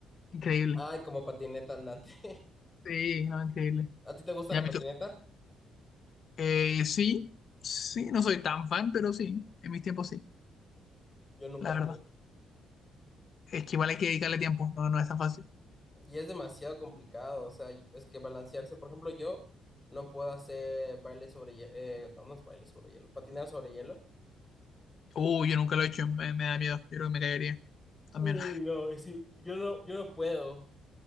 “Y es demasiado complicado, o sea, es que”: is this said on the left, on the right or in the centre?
Left